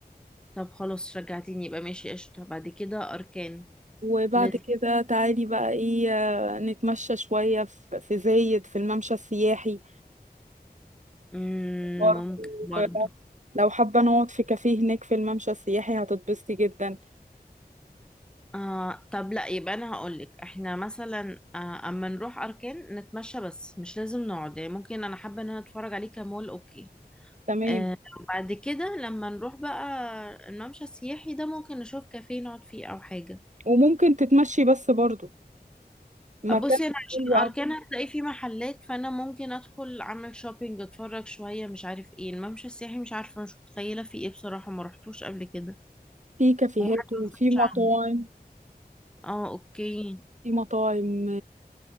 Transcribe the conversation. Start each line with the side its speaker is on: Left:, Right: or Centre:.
Centre: طب خلاص رجعتيني يبقى ماشي قشطة بعد كده أركان
Right: وبعد
Centre: لازم
Right: كده تعالي بقى ايه آه، نتمشى شوية في في زايد في الممشى السياحي
Centre: مم،
Right: برضه
Centre: ممكن برضو
Right: لو حابة نقعد في كافيه هناك في الممشى السياحي هتتبسطي جدا
Centre: آه طب لا يبقى أنا هقولك احنا مثلا آه أما نروح أركان نتمشى بس مش لازم نقعد يعني ممكن أنا حابة إن أنا أتفرج عليه كمول أوكي
Right: تمام
Centre: آه بعد كده لما نروح بقى الممشى السياحي ده ممكن نشوف كافيه نقعد فيه أو حاجة
Right: وممكن تتمشي بس برضه مكان
Centre: بصي أنا عشان
Right: حلو
Centre: أركان
Right: أوي.
Centre: هتلاقي فيه محلات فأنا ممكن أدخل أعمل شوبينج أتفرج شوية مش عارف إيه الممشى السياحي مش عارفة مش متخيلة فيه إيه بصراحة ما رحتوش قبل كده
Right: فيه كافيهات
Centre: وحاجة
Right: وفي
Centre: ما سمعتش
Right: مطاعم
Centre: عنه اه اوكي
Right: في مطاعم